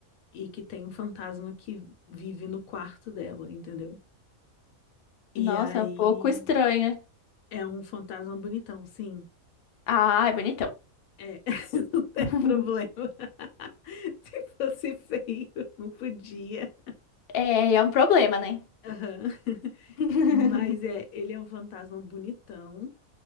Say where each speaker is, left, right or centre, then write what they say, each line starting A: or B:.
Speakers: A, on the left; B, on the left.
A: e que tem um fantasma que vive no quarto dela, entendeu? E
B: Nossa,
A: aí
B: é um pouco estranha.
A: é um fantasma bonitão, sim.
B: Ah, é bonitão.
A: É, <laughs> não tem
B: <laughs>
A: problema. <laughs> Se fosse feio, não podia.
B: É, é um problema, né?
A: Aham. <laughs>
B: <laughs>
A: Mas é, ele é um fantasma bonitão.